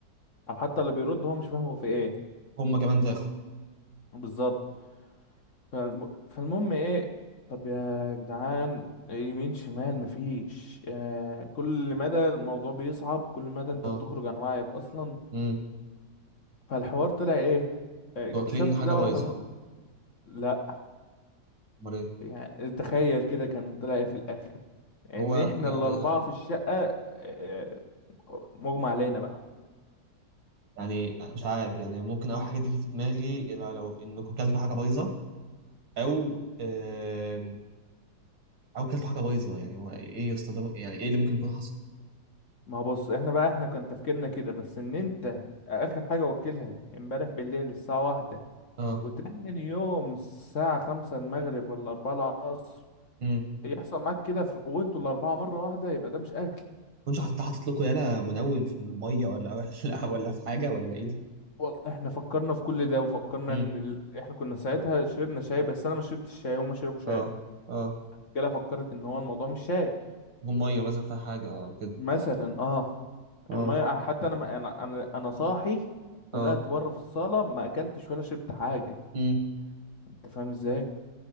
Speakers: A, on the left; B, on the right.
A: أو حتى اللي بيرد هو مش فاهم هو في إيه
B: هم كمان داخل
A: بالظبط فالم... فالمهم إيه طب يا جدعان يمين شمال مفيش آه كل مدى الموضوع بيصعب كل مدى أنت
B: اه
A: بتخرج عن وعيك أصلا
B: امم
A: فالحوار طلع إيه؟ آه اكتشفت
B: واكلين حاجه
A: ده
B: بايظه
A: واحنا بن- لا
B: امال ايه
A: يعني تخيل كده كان طلع إيه في الاخر ان
B: هو
A: احنا
B: يعني
A: الاربعه في الشقه آه، مغمى علينا بقى
B: يعني مش عارف يعني ممكن اول حاجه تيجي في دماغي لو لو انكم كلتوا حاجه بايظه او آم، او كلتوا حاجه بايظه يعني هو ايه يا اسطى ده يعني ايه اللي ممكن يكون حصل
A: ما هو بص احنا بقى احنا كان تفكيرنا كده بس ان انت اخر حاجه وكلها امبارح بالليل الساعه واحدة
B: اه
A: وتاني يوم الساعه خمسة المغرب ولا أربعة العصر
B: امم
A: يحصل معاك كده في... وانتوا الاربعه مره واحده يبقى ده مش اكل
B: كنتش حاطط حاطط لكم يالا منوم في الميه ولا <laughs> ولا ولا في حاجه ولا ايه ده
A: والله احنا فكرنا في كل ده وفكرنا
B: امم
A: ان ال... احنا كنا ساعتها شربنا شاي بس انا ما شربتش شاي هما شربوا شاي
B: اه اه
A: كده فكرت ان هو الموضوع مش شاي
B: يكون ميه مثلا فيها حاجه او كده
A: مثلا اه
B: اه
A: الميه حتى انا ما- انا انا أنا صاحي طلعت
B: اه
A: بره في الصاله ما اكلتش ولا شربت حاجه
B: امم
A: انت فاهم ازاي